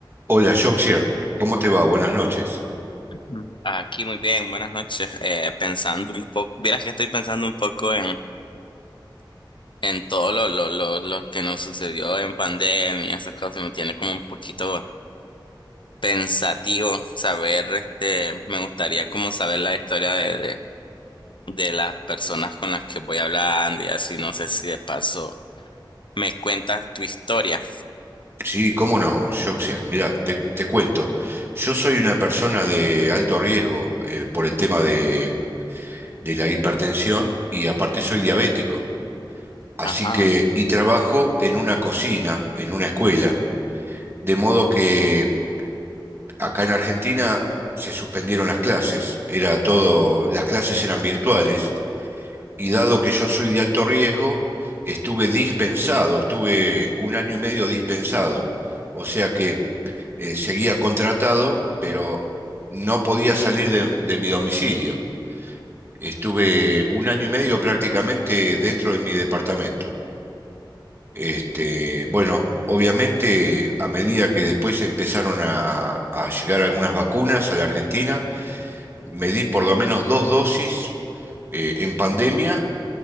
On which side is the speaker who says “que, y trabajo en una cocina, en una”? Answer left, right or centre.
Right